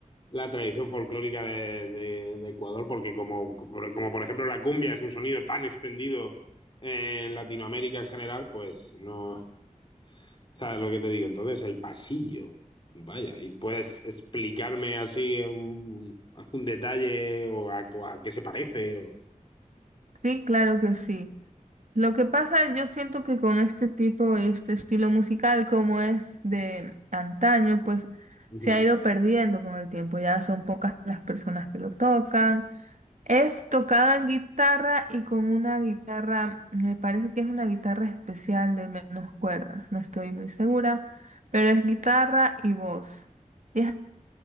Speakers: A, on the left; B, on the right.
A: la tradición folclórica de, de- de Ecuador, porque como, como, como por ejemplo la cumbia es un sonido tan extendido en Latinoamérica en general, pues no, <laughs> ¿sabes lo que te digo? Entonces el pasillo, vaya, ¿y puedes explicarme así un- algún detalle o a, o a qué se parece? O...
B: Sí, claro que sí. Lo que pasa, yo siento que con este tipo, este estilo musical como es de antaño, pues
A: Ujú,
B: se ha ido perdiendo con el tiempo. Ya son pocas las personas que lo tocan. Es tocado en guitarra y con una guitarra, me parece que es una guitarra especial de menos cuerdas, no estoy muy segura, pero es guitarra y voz. Y es